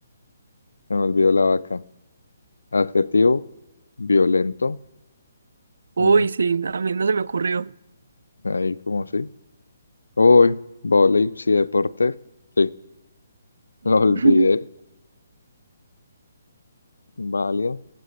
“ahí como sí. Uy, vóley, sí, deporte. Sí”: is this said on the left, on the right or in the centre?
Left